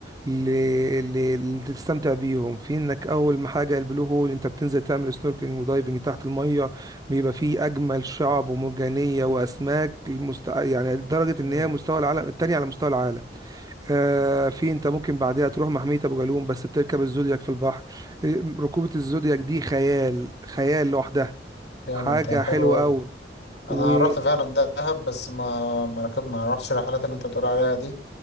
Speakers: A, on the right; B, on the left.
A: ل... ل... لتستمتع بيهم في انك اول ما حاجه البلو هول انت بتنزل تعمل سنوركلينج ودايفنج تحت الميه بيبقى فيه اجمل شعب ومرجانيه واسماك المست... يعني لدرجه ان
B: امم
A: هي مستوى العالم التاني على مستوى العالم آه في انت ممكن بعدها تروح محميه ابو جالوم بس بتركب الزودياك في البحر آه، ركوبه الزودياك دي خيال خيال لوحدها
B: جامد
A: حاجه
B: ده حلو
A: حلوه
B: قوي
A: قوي ولا
B: انا رحت فعلا دهب بس ما ما ركب ما رحتش الرحلات اللي انت بتقول عليها دي